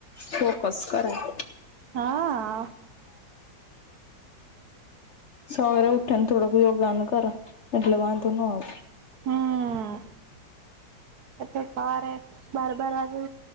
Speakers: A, on the left; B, on the right.
A: ફોકસ કરાય
B: હા
A: સવારે ઉઠી ને થોડક યોગાન કરો એટલે વાંધો ન આવે
B: હમ એ તો સાર બાર બાર વાગે